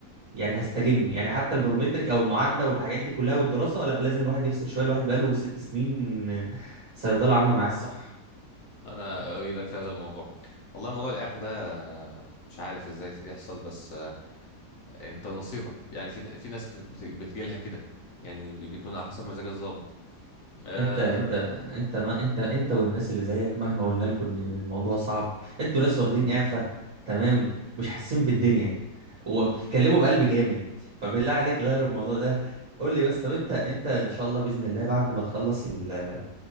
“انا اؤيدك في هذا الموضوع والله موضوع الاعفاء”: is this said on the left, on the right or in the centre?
Left